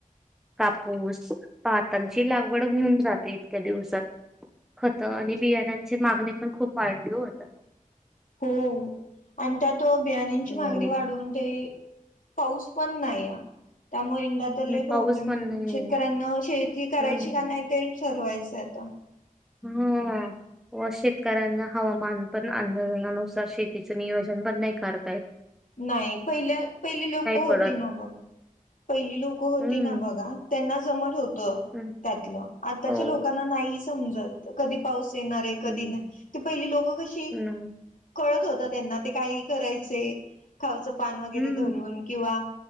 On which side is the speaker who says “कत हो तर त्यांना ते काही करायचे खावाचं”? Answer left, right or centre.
Left